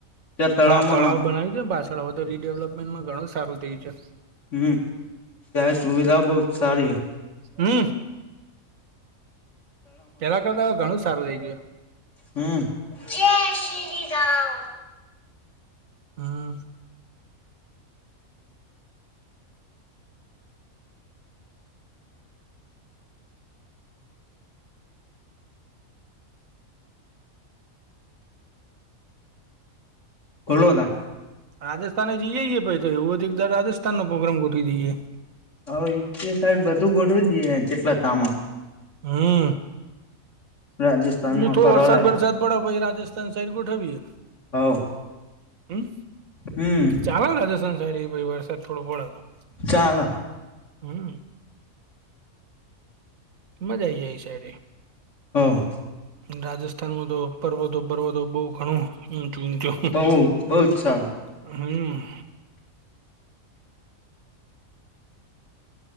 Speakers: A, on the left; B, on the right.
A: ત્યાં તળાવમાં
B: હા તળાવ બનાવીજે પાછ. ધ તો રીડેવલપમેન્ટમાં ઘણું સારું થયું છે.
A: હમ્મ જાહેર સુવિધા બહુત સારી હૈ.
B: હમ્મ પેલા કરતા ઘણું સારું થઇ ગયું.
A: હમ્મ જય શ્રી રામ.
B: હમ્મ.
A: <inaudible>
B: રાજસ્થાને જઈએ જીએ ભાઈ તો એવું એકદર રાજસ્થાન નો પ્રોગ્રામ ગોઠવી દઈએ.
A: હ એક સાઈડ બધું ગોઠવી દેએ જેટલા તામાં.
B: હમ્મ.
A: રાજસ્થાનમાં
B: એ થો
A: ફરવાલાયક
B: વરસાદ વરસાદ પડ્યો પછ રાજસ્થાન સાઈડ ગોઠવી.
A: હવ
B: હમ્મ
A: હમ
B: ચાલો રાજસ્થાન સાહેરી <unintelligible> વર્ષ. થોડું બોલ તો
A: ચાલ
B: હમ્મ. મજા આવી જાય એ સાઈડે.
A: હા.
B: રાજસ્થાનમાં તો પર્વતો પર્વતો બઉુ ઘણું જૂનું.
A: બઉુ બઉુ જ સારું.
B: હમ્મ.